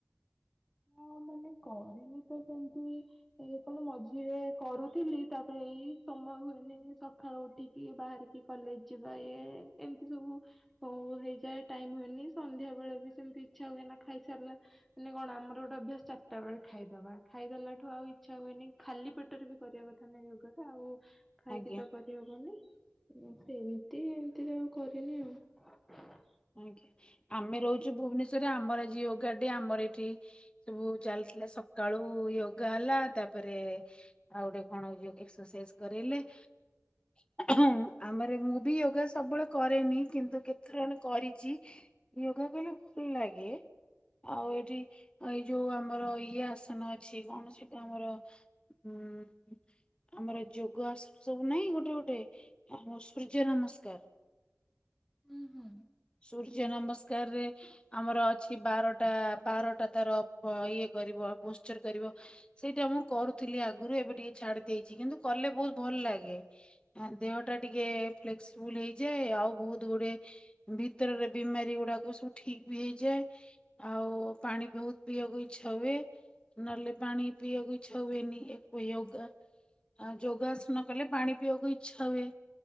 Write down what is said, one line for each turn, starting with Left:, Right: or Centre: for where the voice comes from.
Centre: ହ ମାନେ କରିନି ତ ସେମିତି ଏ କଣ ମଝିରେ କରୁଥିଲି ତାପରେ ଏଇ ସମୟ ହୁଏନି ସକାଳୁ ଉଠି କିଏ ବାହାରିକି କଲେଜ ଯିବା ଇଏ ଏମିତି ସବୁ ହଉ ହେଇଯାଏ ଟାଇମ ହୁଏନି ସନ୍ଧ୍ୟା ବେଳେ ବି ସେମିତି ଇଚ୍ଛା ହୁଏ ନା ଖାଇସାରିଲା ମାନେ କଣ ଆମ ଗୋଟେ ଅଭ୍ୟାସ ଚାରିଟା ବେଳେ ଖାଇଦବା ଖାଇଦଲା ଠୁ ଆଉ ଇଛା ହୁଏନି ଖାଲି ପେଟରେ ବି କରିବା କଥା ନାହିଁ ଯୋଗଟା ଆଉ ଖାଇକି
Left: ଆଜ୍ଞା
Centre: ତ କରିହବନି ସେ ଏମିତି ଏମିତିରେ ଆଉ କରିନି ଆଉ।
Left: ଆଜ୍ଞା ଆମେ ରହୁଛୁ ଭୁବନେଶ୍ଵରରେ ଆମର ଆଯି ୟୋଗା ଡେ ଆମର ଏଠି ସବୁ ଚାଲିଥିଲା ସକାଳୁ ୟୋଗା ହେଲା ତାପରେ ଆଉ ଗୋଟେ କଣ ହଉଛି ଏକ୍ସରସାଇଜ କରେଇଲେ ହଁ ଆମର ମୁଁ ବି ୟୋଗା ସବୁବେଳେ କରେନି କିନ୍ତୁ କେତେ କରିଛି ୟୋଗା କଲେ ଭଲ ଲାଗେ ଆଉ ଏଠି ଏଇ ଯୋଉ ଆମର ଇଏ ଆସନ ଅଛି କଣ ସେଟା ଆମର ହୁଁ। ଆମର ଯୋଗ ଆସନ ସବୁ ନହିଁ ଗୋଟେ ଗୋଟେ ଆମ ସୂର୍ଯ୍ୟ ନମସ୍କାର
Centre: ହୁଁ ହୁଁ।
Left: ସୂର୍ଯ୍ୟ ନମସ୍କାରରେ ଆମର ଅଛି ବାରଟା ବାରଟା ତାର ଇଏ କରିବ ପୋ୍ସଚର କରିବ ସେଇଟା ମୁଁ କରୁଥିଲି ଆଗରୁ ଏବେ ଟିକେ ଛାଡି ଦେଇେଇଛି କିନ୍ତୁ କଲେ ବହୁତ ଭଲ ଲାଗେ। ଦେହ ଟା ଟିକେ ଫ୍ଲେକ୍ସିବୁଲ ହେଇଯାଏ ଆଉ ବହୁତ ଗୁଡେ ଭିତରରେ ବିମାରୀ ଗୁଡାକ ସବୁ ଠିକ ବି ହେଇଯାଏ ଆଉ ପାଣି ବହୁତ ପିୟକୁଇଛ ହୁଏ ନହେଲେ ପାଣି ପିଇବାକୁ ଇଚ୍ଛା ହୁଏନି ୟୋଗା ଆଉ ଯୋଗାସନ କଲେ ପାଣି ପିଇବାକୁ ଇଚ୍ଛା ହୁଏ।